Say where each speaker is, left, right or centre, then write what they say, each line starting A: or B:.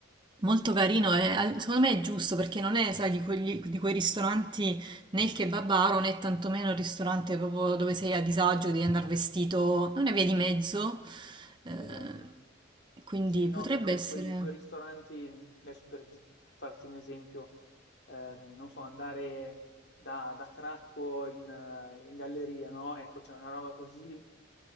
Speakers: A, on the right (about 25°); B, on the left (about 60°).
A: Molto carino, e al- secondo me è giusto perché non è, sai, di quegli- di quei ristoranti né il kebabaro né tantomeno il ristorante proprio dove sei a disagio, devi andare vestito, è una via di mezzo, eh,
B: Esatto.
A: quindi
B: Sì,
A: potrebbe
B: no, perché
A: essere...
B: quei quei ristoranti adesso per di farti un esempio, ehm, non so, andare da, da cracco in, eh, in galleria, no? Ecco, c'è una roba così,